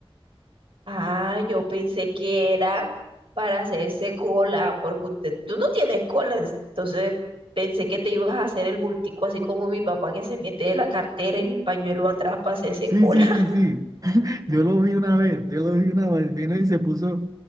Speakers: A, on the right; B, on the right.
A: Ah, yo pensé que era para hacerse cola, porque usted, tú no tienes cola, entonces pensé que te ibas a hacer el bultico así como mi papá que se mete la cartera y el pañuelo atrás para hacerse
B: Sí,
A: cola.
B: sí, sí, sí. Yo lo vi una vez, yo lo vi una vez, vino y se puso